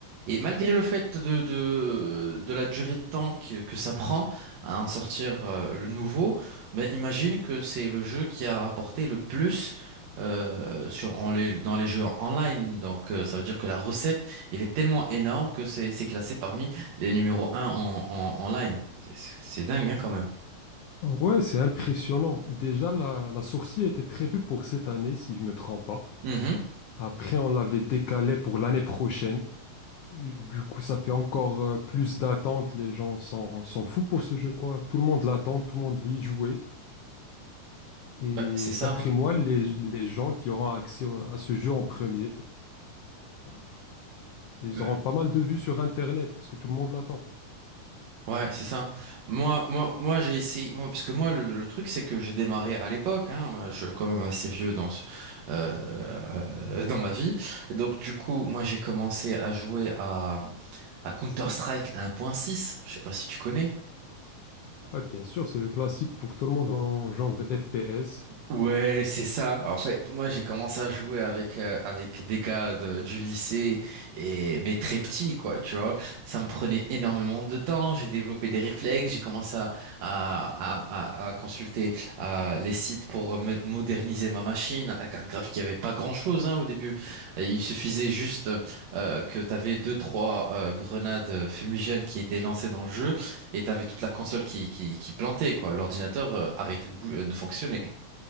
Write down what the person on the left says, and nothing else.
Ouais, c'est impressionnant. Déjà, la, la sortie était prévue pour cette année, si je me trompe pas.
Après, on l'avait décalée pour l'année prochaine. Et Du coup, ça fait encore euh, plus d'attente. Les gens s'en s'en foutent pour ce jeu, quoi. Tout le monde l'attend, tout le monde veut y jouer. Et
d'après moi, les, les gens qui auront accès au- à ce jeu en premier, ben, ils
auront pas mal de vues sur Internet parce que tout le monde l'attend.
Ouais, bien sûr, c'est le classique pour tout le monde en genre de FPS.